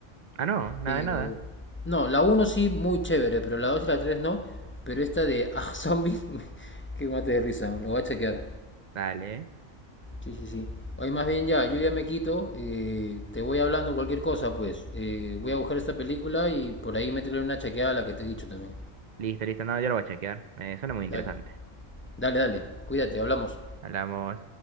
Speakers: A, on the right (about 50°); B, on the left (about 15°).
A: Ah, no, nada
B: Pero,
A: de nada.
B: no, la uno sí, muy chévere, pero la 2 y la 3 no, pero esta de Ah, Zombies, <laughs> que mate de risa, lo voy a chequear.
A: Dale.
B: Sí, sí, sí. Oye, más bien ya, yo ya me quito, eh, te voy hablando cualquier cosa, pues. Eh, voy a buscar esta película y por ahí métele una chequeada a la que te he dicho también.
A: Listo, listo, no, yo lo voy a chequear. Me suena muy interesante.
B: Dale, dale, dale. Cuídate, hablamos.
A: Hablamos.